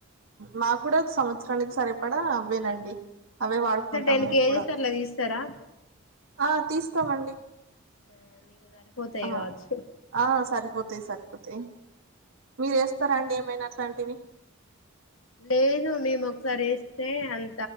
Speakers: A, on the right; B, on the left.
A: మాకు కూడా సంవత్సరానికి సరిపడా అవ్వేనండి అవే వాడుకుంటాం
B: ఎంత టెన్
A: మేము
B: కేజెస్
A: కూడా
B: అట్లా తీస్తారా
A: ఆ తీస్తామండి
B: ఆ మీకు సరిపోతాయి
A: ఆ
B: కావచ్చు
A: ఆ సరిపోత్ తయ్ సరిపోతయ్ మీరు యేస్తరా అండి ఏమైనా అట్లాంటివి
B: లేదు మేము ఒక్కసారి యేస్తే అంత